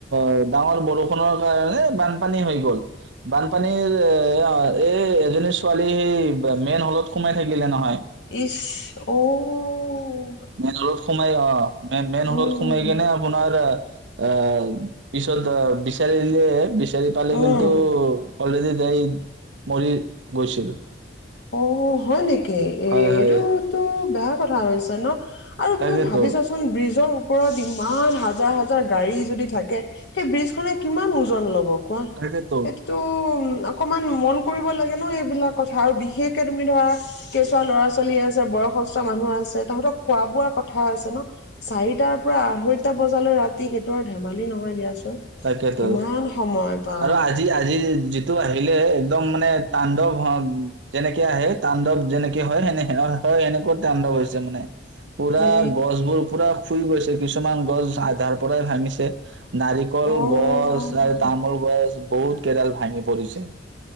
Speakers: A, on the right (about 70°); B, on the left (about 65°).
A: এই ডাঙৰ বৰষুণৰ কাৰণে বানপানী হৈ গ'ল। বানপানীৰ, এ অ এই এজনী ছোৱালী মেইন হলত সোমাই থাকিলে নহয়।
B: ইঈছ্, অঔ
A: মেজৰত সোমাই অ, মেইন মেইন
B: উম
A: হ'লত সোমাই কিনে আপোনাৰ, অ, পিছত অ বিচাৰি দিলে। বিছ বিচাৰি পালে
B: উম।
A: কিন্তু অলৰেডি তাই মৰি গৈছিল।
B: অ হয় নেকি? এইটোতো
A: হয় হয়
B: বেয়া কথা হৈছে ন! আৰু
A: তাকেতো
B: তুমি ভাবিছোৱা চোন, ব্ৰিজৰ <unintelligible> ইমান হাজাৰ হাজাৰ গাড়ী যদি থাকে, সেই ব্ৰিজ খনে কিমান ওজন ল'ব কোৱা?
A: তাকেতো
B: সেইটোতো, অকমান মন কৰিব লাগে ন এইবিলাক কথা। আৰু বিশে শেষকে তুমি ধৰা কেঁচুৱা ল'ৰা ছোৱালী আছে, বয়সস্থ মানুহ আছে, তাহঁতক খোৱা বোৱা কথা আছে ন। চাৰিটাৰ পৰা আঢ়ৈটা বজালৈ ৰাতি সেইটো আৰু ধেমালি নহয় দিয়াচোন।
A: তাকেইতো।
B: কিমান সময় বা
A: আৰু আজি আজি টো আহিলে একদম মানে তান্ডব যেনেকে আহে, তাণ্ডৱ যেনেকে হয়, সেনে হয়, সেনে কৈ তাণ্ডৱ হৈছে মানে। পুৰা
B: এ
A: গছ বোৰ পুৰা শুই গৈছে, কিছুমান গছ আধাৰ পৰাই ভাঙিছে, না কল
B: অ
A: গছ আৰু তামোল গছ, বহুত কেইডাল ভাঙি পৰিছে।